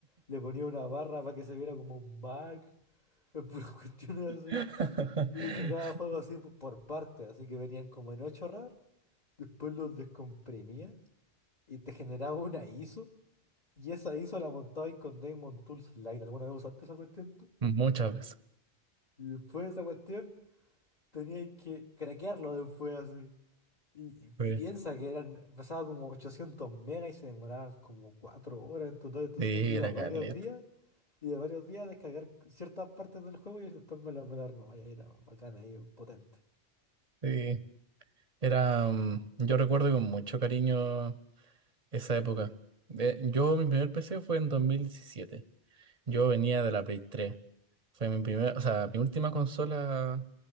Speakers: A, on the left; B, on the right.
A: le ponía una barra para que se viera como un Mac, <laughs> eh, puras cuestiones así.
B: <laughs>
A: Y descargaba juegos así p- por parte, así que venían como en 8 RAR, después los descomprimía y te generaba una ISO. Y esa ISO la montaba ahí con Damon Tools Lite. ¿Alguna vez usaste esa cuestión tú?
B: Muchas veces.
A: Y después de esa cuestión teníais que craquearlo después así. Y,
B: Sí,
A: y piensa que eran, pesaba como 800 megas y se demoraban como 4 horas en total, entonces
B: Sí,
A: iba
B: era
A: varios
B: Carlet.
A: días y de varios días a descargar ciertas partes del juego y después me lo, me lo armaba y ahí era bacana, ahí potente.
B: Sí. Era, mm, yo recuerdo con mucho cariño esa época. Eh, yo, mi primer PC fue en 2017. Yo venía de la Play tres. Fue mi primera, o sea, mi última consola,